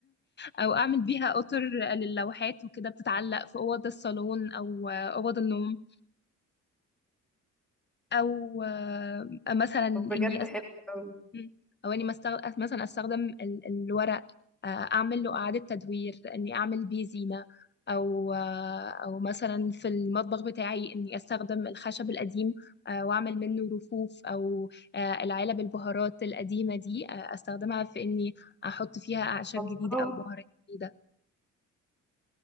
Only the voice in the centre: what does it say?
طب بجد
حلو قوي
الله